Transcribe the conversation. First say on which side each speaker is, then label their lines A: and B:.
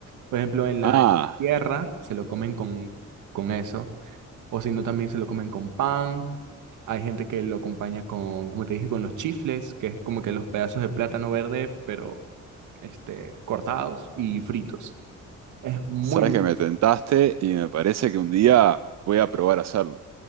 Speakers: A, on the right; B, on the right.
A: por ejemplo, en la
B: Ah,
A: tierra se lo comen con, con eso, o si no también se lo comen con pan. Hay gente que lo acompaña con, como te dije, con los chifles, que es como que los pedazos de plátano verde, pero este, cortados y fritos. Es muy,
B: sabes
A: muy
B: que
A: rico.
B: me tentaste y me parece que un día voy a probar a hacerlo.